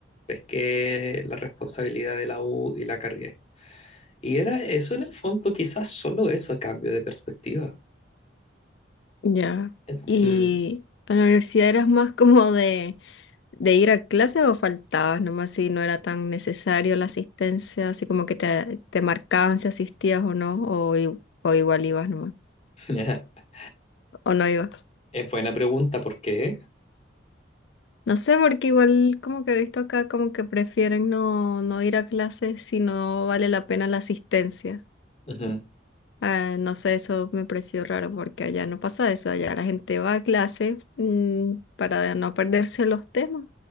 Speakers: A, on the left; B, on the left.
A: pesqué la responsabilidad de la U y la cargué. Y era eso en el fondo, quizás solo eso, cambio de perspectiva.
B: Ya.
A: En-
B: ¿Y
A: mm,
B: en la universidad eras más como de, de ir a clase o faltabas nomás si no era tan necesario la asistencia, así como que te, te marcaban si asistías o no, o, i- o igual ibas nomás,
A: <laughs>
B: o no ibas?
A: Es buena pregunta, ¿por qué?
B: No sé, porque igual como que he visto acá como que prefieren no, no ir a clase si no vale la pena la asistencia.
A: Ujú.
B: Ah, no sé, eso me pareció raro porque allá no pasa eso, allá la gente va a clase, mm, para no perderse los temas.